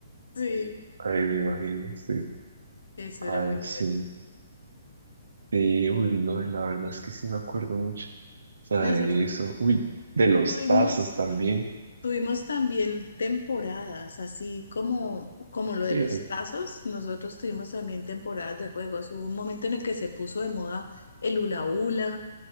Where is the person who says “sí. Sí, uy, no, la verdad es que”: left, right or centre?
Right